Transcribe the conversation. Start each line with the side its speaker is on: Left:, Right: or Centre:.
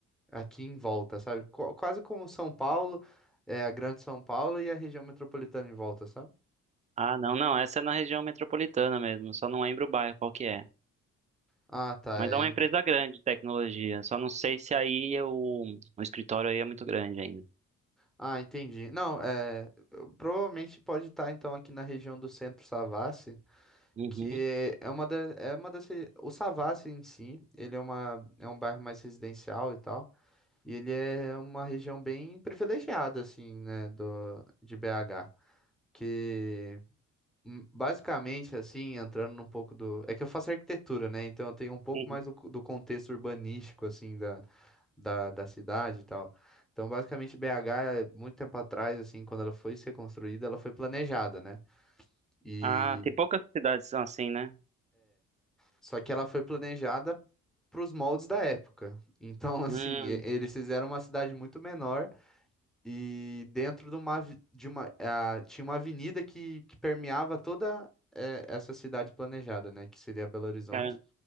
Centre: aqui em volta, sabe? Qu- quase como São Paulo, é a Grande São Paulo e a região metropolitana em volta, sabe?
Right: Ah, não, não. Essa é na região metropolitana mesmo. Só não lembro o bairro qual que é.
Centre: Ah, tá.
Right: Mas
Centre: é
Right: é uma
Centre: em
Right: empresa
Centre: Be-
Right: grande de tecnologia. Só não sei se aí é o, o escritório aí é muito grande ainda.
Centre: Ah, entendi. Não, é, provavelmente pode estar então aqui na região do Centro Savassi.
Right: Uhum.
Centre: que é uma da, é uma das, re- o Savassi em si, ele é uma, é um bairro mais residencial e tal, e ele é uma região bem privilegiada, assim, né, do, de BH, que hum, basicamente, assim, entrando num pouco do, é que eu faço arquitetura, né, então eu tenho um pouco
Right: Uhum.
Centre: mais do, co- do contexto urbanístico, assim, da, da, da cidade e tal, então basicamente BH, é, muito tempo atrás, assim, quando ela foi ser construída, ela foi planejada, né, e
Right: Ah, tem poucas cidades que são assim, né?
Centre: Só que ela foi planejada para os moldes da época. Então, <laughs> assim,
Right: Hum,
Centre: e- eles fizeram uma cidade muito menor e dentro de uma, avi- de uma, ah, tinha uma avenida que, que permeava toda eh, essa cidade planejada, né? Que seria Belo Horizonte,
Right: cara.